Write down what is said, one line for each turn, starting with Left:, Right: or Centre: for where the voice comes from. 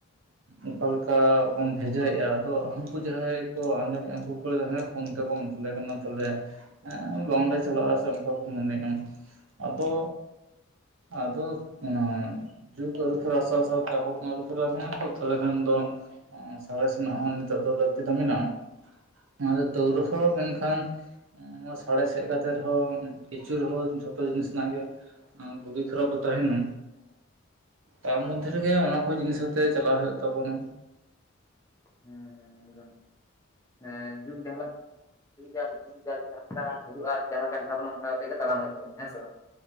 Right: ᱚᱠᱟᱞᱮᱠᱟ ᱵᱚᱱ ᱵᱷᱮᱡᱟᱭᱮᱫᱼᱟ ᱟᱫᱚ ᱩᱱᱠᱩ ᱡᱟᱸᱦᱟᱭ ᱠᱚ ᱩᱱᱠᱩ ᱠᱚ ᱞᱟᱭ ᱫᱟ ᱯᱷᱳᱱ ᱛᱮᱠᱚ ᱢᱮᱛᱟᱞᱮ ᱠᱟᱱᱟ ᱛᱟᱦᱚᱞᱮ ᱮᱸ ᱵᱟᱝᱞᱮ ᱪᱟᱞᱟᱜᱼᱟ ᱥᱮ ᱚᱱᱠᱟ ᱠᱚ ᱢᱚᱱᱮᱜᱼᱟ ᱟᱫᱚ ᱟᱫᱚ ᱮᱸ ᱡᱩᱜᱽ ᱟᱹᱨᱩᱯᱷᱮᱨᱟ ᱥᱟᱶ ᱥᱟᱶᱛᱮ ᱟᱵᱚ ᱦᱚᱵᱚᱱ ᱟᱹᱨᱩᱯᱷᱮᱨᱣ ᱟᱠᱟᱱᱟ ᱛᱚ ᱛᱟᱦᱚᱞᱮ ᱠᱷᱟᱱ ᱫᱚ ᱥᱟᱬᱮᱥ ᱨᱮᱱᱟᱜ ᱦᱚᱸ ᱱᱤᱛᱚᱜ ᱫᱚ ᱞᱟᱹᱠᱛᱤ ᱫᱚ ᱢᱮᱱᱟᱜᱼᱟ ᱱᱚᱣᱟ ᱫᱚ ᱛᱟᱹᱣᱨᱮᱦᱚᱸ ᱢᱮᱱᱠᱷᱟᱱ ᱱᱚᱣᱟ ᱥᱟᱬᱮᱥ ᱦᱮᱡ ᱠᱟᱛᱮᱜ ᱨᱮᱦᱚᱸ ᱠᱤᱪᱩ ᱨᱮᱦᱚᱸ ᱡᱷᱚᱛᱚ ᱡᱤᱱᱤᱥ ᱨᱮᱱᱟᱜ ᱜᱮ ᱵᱩᱜᱤ ᱠᱷᱟᱨᱟᱯ ᱫᱚ ᱛᱟᱦᱮᱸᱱᱟ ᱛᱟᱨ ᱢᱚᱫᱫᱷᱮ ᱨᱮᱜᱮ ᱚᱱᱟ ᱠᱚ ᱡᱤᱱᱤᱥ ᱟᱛᱮ ᱪᱟᱞᱟᱣ ᱦᱩᱭᱩᱜ ᱛᱟᱵᱚᱱᱟ
Left: ᱦᱮᱸ ᱦᱮᱸ ᱦᱮᱸ ᱡᱩᱜᱽ ᱡᱟᱸᱦᱟ ᱠᱩᱜᱽ ᱡᱟᱸᱦᱟ ᱞᱮᱠᱟ ᱦᱤᱡᱩᱜᱼᱟ ᱡᱟᱸᱦᱟ ᱞᱮᱠᱟ ᱮᱢᱟ ᱵᱚᱱᱟ ᱚᱱᱠᱟ ᱠᱟᱛᱮ ᱜᱮ ᱛᱟᱲᱢ ᱦᱩᱭᱩᱜ ᱛᱟᱵᱚᱱᱟ ᱦᱮᱸ ᱥᱮ ᱵᱟᱝ